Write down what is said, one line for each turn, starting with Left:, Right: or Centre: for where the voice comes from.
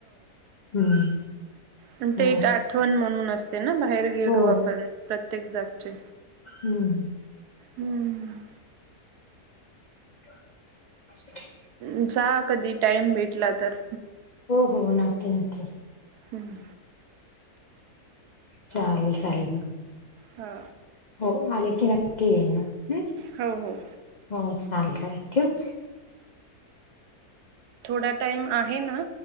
Left: हम्म.
Right: पण ते एक
Left: अस
Right: आठवण म्हणून असतेना? बाहेर गेलो
Left: हो
Right: आपण प्रत्येक जागचे.
Left: हम.
Right: हम्म.
Left: <inaudible>
Right: जा कधी टाइम भेटला तर.
Left: हो हो. नक्की नक्की.
Right: हम.
Left: चालेल चालेल मग.
Right: हा.
Left: हो. आले की नक्की येईन ह.
Right: हो हो.
Left: हो चालतय. ठेवू?
Right: थोडा टाइम आहे ना?